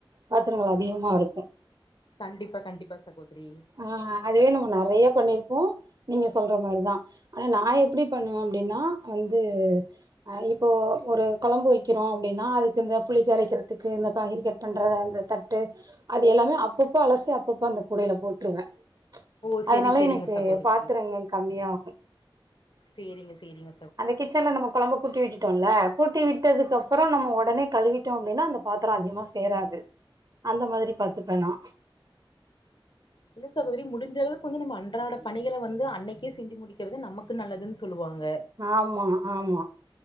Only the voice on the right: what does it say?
பாத்திரங்கள் அதிகமா இருக்கு
ஆ அதுவே நம்ம நறையா பண்ணிருப்போ நீங்க சொல்ற மாரிதா ஆனா நா எப்பிடி பண்ணுவே அப்படின்னா வந்து ஆ இப்போ ஒரு கொழம்பு வைக்கிறோ அப்படின்னா அதுக்கு இந்த புளிக்க கரைக்கிறதுக்கு இந்த காய்கறி க ட் பண்றத அந்த தட்டு அது எல்லாமே அப்பப்போ அலசி அப்பப்போ அந்த கூடையில போட்ருவே ம்ச்
அதனால
எனக்கு
பாத்திரங்கள் கம்மியாகு
அந்த கிச்சன்ல நம்ம கொழம்ப கூட்டி வெச்சிட்டுடோல்ல கூட்டி விட்டதுக்கு அப்புறோ நம்ம ஓடனே கழுவிட்டோ அப்படின்னா அந்த பாத்திரோ அதிகமா சேராது அந்த மாதிரி பாத்துப்ப நா
ஆமா ஆமா